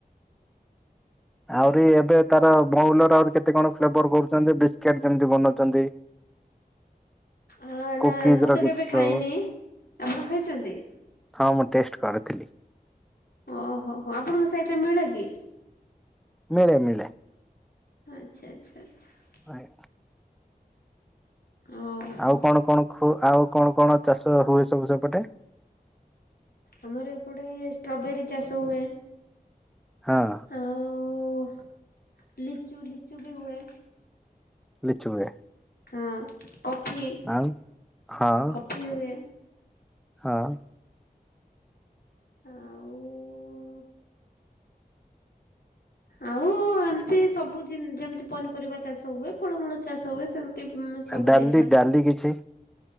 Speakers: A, in the centre; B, on the left.
A: ଆହୁରି ଏବେ ତାର ବଉଲର ଆହୁରି କେତେ କଣ ଫ୍ଲେବର୍ କରୁଛନ୍ତି ବିସ୍କିଟ୍ ଯେମତି ବନଉଛନ୍ତି।
B: ହଁ ନା
A: କୁକିଜ
B: ମୁଁ
A: ର
B: ତ
A: କିଛି
B: କେବେ ଖାଇନି
A: ସବୁ
B: ଆପଣ ଖାଇଛନ୍ତି?
A: ହଁ ମୁଁ ଟେଷ୍ଟ କରିଥିଲି।
B: ଓହୋ ହୋ ଆପଣଙ୍କ ସାଇଟ୍ ରେ ମିଳେ କି?
A: ମିଳେ ମିଳେ।
B: ଆଚ୍ଛା ଆଚ୍ଛା ଆଛା।
A: ନାଇଁ।
B: ଓହୋ
A: ଆଉ କଣ କଣ ଖୁ ଆଉ କଣ କଣ ଚାଷ ହୁଏ ସବୁ ସେପଟେ?
B: ଆମର ଏପଟେ ଷ୍ଟ୍ରବେରୀ ଚାଷ ହୁଏ।
A: ହଁ।
B: ଆଉ ଲିଚୁ ଲିଚୁ ବି ହୁଏ।
A: ଲିଚୁ ହୁଏ।
B: ହଁ କଫି
A: ଆଉ ହଁ
B: କଫି ହୁଏ।
A: ହଁ।
B: ଆଉ ଆଉ ଏମିତି ସବୁ ଜିନ୍ ଯେମିତି ପନିପରିବା ଚାଷ ହୁଏ ଫଳମୂଳ ଚାଷ ହୁଏ ସେମିତି ସେମିତି ସବୁ
A: ଡାଲି
B: ଜିନିଷ
A: ଡାଲି କିଛି